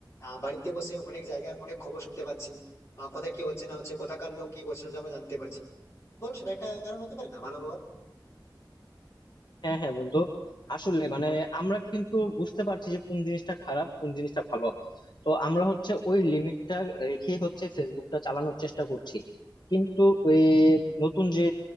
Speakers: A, on the left; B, on the left.
A: আহ, বাড়িতে বসে অনেক জায়গার অনেক খবর শুনতে পাচ্ছি বা কোথায় কি হচ্ছে না হচ্ছে কোথাকার লোক কি করছে না করছে আমরা জানতে পারছি বল সেটা একটা কারণ হতে পারে না ভালো হওয়ার
B: হ্যাঁ হ্যাঁ বন্ধু আসলে মানে আমরা কিন্তু বুঝতে পারছি যে কোন জিনিসটা খারাপ কোন জিনিসটা ভালো তো আমরা হচ্ছে ওই লিমিটটা রেখে হচ্ছে ফেসবুকটা চালানোর চেষ্টা করছি কিন্তু ওই নতুন যে